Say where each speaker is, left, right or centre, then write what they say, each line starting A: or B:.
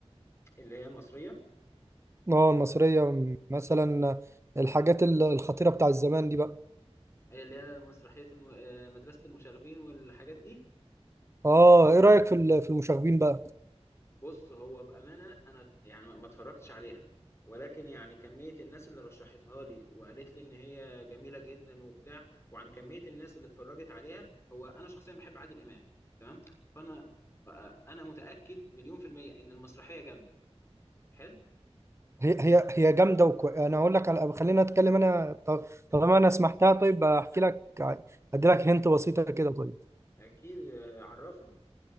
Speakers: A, on the left (about 25°); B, on the right (about 25°).
A: اللي هي المصريه
B: اه المصريه مثلا الحاجات ال- الخطيره بتاع الزمان دي بقى
A: اللي هي مسرحيه الم... آه، مدرسه المشاغبين والحاجات دي
B: اه ايه رايك في ال- في المشاغبين بقى
A: بص هو بامانه انا يعني ما ما اتفرجتش عليها ولكن يعني كميه الناس اللي رشحتها لي وقالت لي ان هي جميله جدا وبتاع وعن كميه الناس اللي اتفرجت عليها هو انا شخصيا بحب عادل امام تمام فانا آه، آه، انا متاكد مليون في الميه ان المسرحيه جامده حلو
B: هي هي هي جامده وكو... انا اقول لك على خلينا اتكلم انا ط- طالما انا سمحتها طيب احكي لك ادي لك هنت
A: أك-
B: بسيطه كده طيب
A: اكيد آه، عرفني